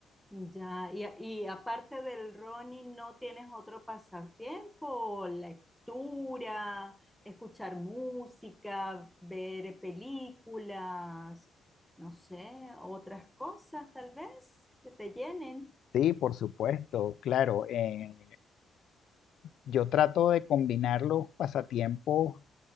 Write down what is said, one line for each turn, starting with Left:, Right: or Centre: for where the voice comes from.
Centre: Ya, y, y aparte del running, ¿no tienes otro pasatiempo? Lectura, escuchar música, ver películas, no sé, otras cosas tal vez que te llenen.
Left: Sí, por supuesto, claro. eh, yo trato de combinar los pasatiempos,